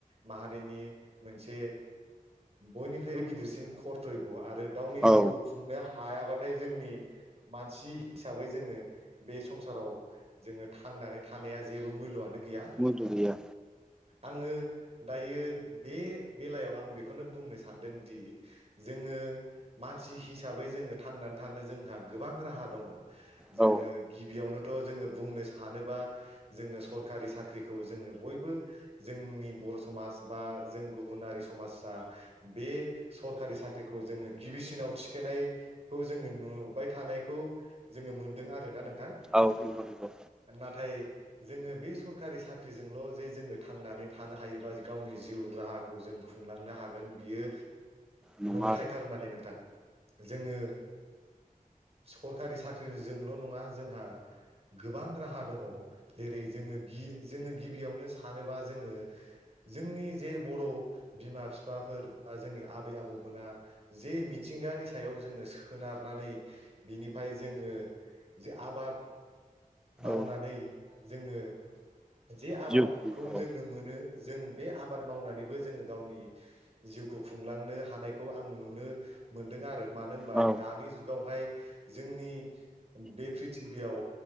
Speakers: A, on the right; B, in the centre.
A: माहारिनि मोनसे बयनिफ्रायबो गिदिरसिन खरथयब' आरो गावनि
B: औ
A: जिउखौ नो हायाबाथाय जोंनि मानसि हिसाबै जोङो बे संसाराव जोङो थांनानै थानाया जेबो मुल्यआनो गै गैया
B: मुलि गैया
A: आङो दायो बे बेलायाव आं बेखौनो बुंनो सानदोंदि जोङो मा मानसि हिसाबै जोङो थांनानै थानो जोंहा गोबां राहा दङ। जोङो
B: औ
A: गिबियावनो थ' जोङो बुंनो सानोबा जोङो सरखारि साख्रिखौ जोङो बयबो जोंनि बर' समाज बा जों गुबुनारि समाजा बे सरकारि साख्रि खौ जोङो गिबिसिनाव थिखोननायखौ जोङो नुबाय थानायखौ जोङो मोनदों आरोना नोंथां
B: औ नंगौ नंगौ
A: नाथाय जोङो बे सरखारि साख्रिजोंल' जे जोङो थांनानै थानो हायोबा गावनि जिउ राहाखौ जों खुंलांनो हागोन बियो
B: नङा
A: नंखायथार
B: आरो
A: माने नोंथां। जोङो सरखारि साख्रि जोंल' नङा। जोंहा गोबां राहा दङ जेरै जोङो गि जोङो गिबियावनो सानोबा जोङो जोंनि जे बर बिमा बिफाफोर बा जोंनि आबै आबौमोना जे मि मिथिंगानि सायाव जोङो सोनारनानै बिनिफ्राय जोङो जे आबाद मावनानै
B: औ
A: जोङो जे आबादखौ
B: जिउ खुंनायाव
A: जोङो मोनो जों बे आबाद मावनानैबो जोङो गावनि जिउखौ खुंलांनो हानायखौ आं नुनो मोन्दों आरो मानो होनबा
B: औ
A: दानि जुगावहाय जोंनि बे प्रिथिबियाव